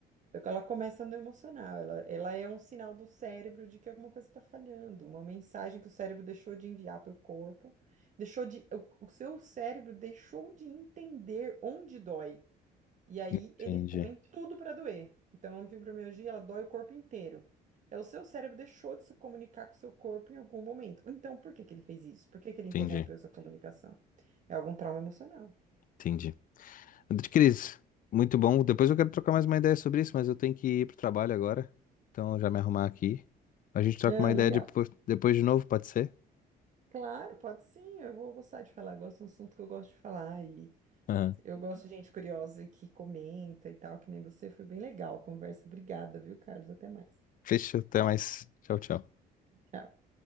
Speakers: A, on the right; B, on the left.
A: É que Ela começa no emocional, ela, ela é um sinal do cérebro de que alguma coisa está falhando, uma mensagem que o cérebro deixou de enviar para o corpo, deixou de, o o seu cérebro deixou de entender onde dói. E aí
B: Entendi,
A: ele põe tudo para doer. Então, a fibromialgia, ela dói o corpo inteiro. É o seu cérebro deixou de se comunicar com o seu corpo em algum momento. Então, por que que ele fez isso? Por que que ele
B: entendi,
A: interrompeu essa comunicação? É algum trauma emocional.
B: entendi. Cris, muito bom. Depois eu quero trocar mais uma ideia sobre isso, mas eu tenho que ir pro trabalho agora. Então eu já me arrumar aqui. A gente troca
A: Não,
B: uma ideia
A: legal.
B: depois, depois de novo, pode ser?
A: Claro, pode sim, eu vou gostar de falar. Gosto de um assunto que eu gosto de falar. E
B: Aham.
A: eu gosto de gente curiosa e que comenta e tal, que nem você. Foi bem legal a conversa. Obrigada, viu, Carlos? Até mais.
B: Fechou, até mais. Tchau, tchau.
A: Tchau.